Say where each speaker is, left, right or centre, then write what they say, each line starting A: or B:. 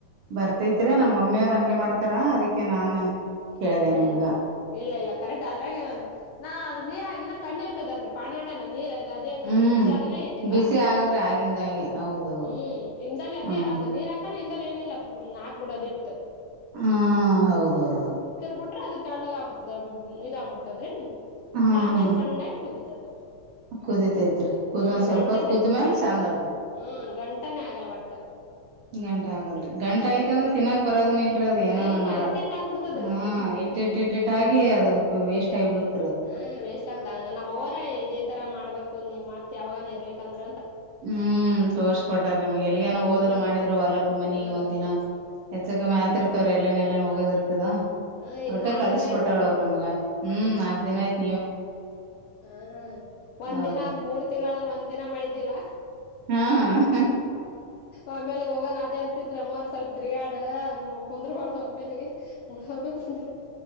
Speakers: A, on the right; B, on the left.
A: ಬರ್ತೈತ್ರಿ
B: ಹ್ಮ್
A: ನಮ್ಮ ಮಮ್ಮಿ ಅವ್ರ ಹಂಗೆ ಮಾಡ ನತರ ಅದಕ್ಕೆ ನಾನು ಕೇಳ್ದ
B: ಹ್ಮ್
A: ನಿಮಗ
B: ಇಲ್ಲ ಇಲ್ಲ ಕರೆಕ್ಟ್ ಅದ್ರಾಗ ಏನೊಂದು ನಾ ಅದು ನೀರ ಹಾಕಿ ತಣ್ಣ ಇರ್ತದಲ್ರಿ ಪಾನೇ ಹೊಡ್ಯನ ನೀರ್ ಅದೇ
A: ಹ್ಮ್
B: ಬಿಸಿ ಆಗಲ್ಲ ಏನಿಲ್ಲ
A: ಬಿಸಿ
B: ಹ್ಮಲ್ಲಿ
A: ಆಗಲ್ರಿ ಆಗಿಂದಾಗೆ ಹೌದೌದು
B: ಹಗೆ
A: ಹ್ಮ
B: ಅದು ನೀರ್ ಹಾಕ ಏನಿಲ್ಲ ಹಾಕ್ಬಿಡೋದ ಇಟ್ಟು
A: ಹ್ಮ ಹೌದೌದೌದು
B: ಬಿಟ್ರೆ ಅದು ತೆಳ್ಳಗ ಆಗ್ಬತದ ಇದಾಗ್ಬಿಡ್ತದ್ರಿ
A: ಹಾ
B: ತಾನೆ
A: ಹಾ
B: ಸಣ್ಣಾಗಿ ಕುದಿತದ
A: ಕುದಿತೈತ್ರಿ ಕುದ
B: ಹ್ಮ್
A: ಒಂದ್ ಸ್ವಲ್ಪತ್
B: ಗಂಟನೆ
A: ಕುದ್ದು ಮ್ಯಾಲ
B: ಗಂ~
A: ಚೆಂದ್ ಆತ್ದರಿ
B: ಹ್ಮ್ ಗಂಟನೆೇ ಆಗಲ್ ಒಟ್ಟ
A: ಗಂಟ ಆಗಲ್ರಿ ಗಂಟ
B: ಹ್ಮ್
A: ಆಯ್ತಂದ್ರೆ ತಿನ್ನಾಕ್ ಬರೋದನು ಇಲ್ಲರಿ ಅದು ಏನೋ
B: ಆ
A: ನಾ
B: ಇಲ್ಲ
A: ಮಾಡ
B: ಇಟ್ಟ್ ಇಟ್ಟ್ ಆಗ್ಬಿಡ್ತದ್ರಿ
A: ಹ
B: ಅದು
A: ಇಟ್ಟ ಇಟ್ಟ ಇಟ್ಟ ಇಟ್ಟಗಿ ಅದ ಉ ವೇಸ್ಟ್ ಆಗಿಬಿಡುತ್ತ
B: ಹ ವೇಸ್ಟ್ ಆಗ್ದಂಗ ನಮ್ಮವರ ಇದೇ ತರ ಮಾಡ್ಬೇಕು ನೀ ಮಾಡ್ತಿ ಯಾವಾಗಾನ ಇರ್ಲಿಕ್ ಅಂದ್ರ
A: ಹ್ಮ್ ತೋರ್ಸ್ಕೊಟಾರ ನಿಮ್ಗೆ ಎಲ್ಲಿಗನ
B: ಹ್ಮ್
A: ಹೋದರು ಮಾಡಿದ್ರು ಹೊಲಕ್ ಮನಿಗ್
B: ಹ್ಮ್
A: ಒಂದ ದಿನ ಹೆಚ್
B: ಹ್ಮ್
A: ಕಮ್ ಆತಿರ್ತವ್ರ ಎಲ್ಲೇನ್ ಎಲ್ಲೇನ್ ಹೋಗೋದಿರ್ತರ
B: ಹ್ಮ್ ಈಗ
A: ಅದಕ್ಕ
B: ನಾಕ್
A: ಕಲಸಿ
B: ದಿನಾ
A: ಕೋಟಳ ಅವರು ನಮಗ ಹ್ಮ್ ನಾಕ್ ದಿನ ಆಯ್ತು
B: ಹ ಒಂದ
A: ಹೌದ
B: ದಿನ ಮೂರ್ ತಿಂಗಳಾದ್ರೆ ಒಂದ್ ದಿನ ಮಾಡಿದಿಲ್
A: ಹಾಂ
B: ಆಮೇಲೆ ಹೋಗಣ ಅದೇ ಅಂತಿದ್ರೆ ನಮ್ಮವರ ಸ್ವಲ್ಪ ತಿರ್ಗಾಡ ಹಂಗ ಕುಂದರು ಮಾಡ್ದ ಒಮೇಲೆಗೆ ಉನಡು ಕುಂದ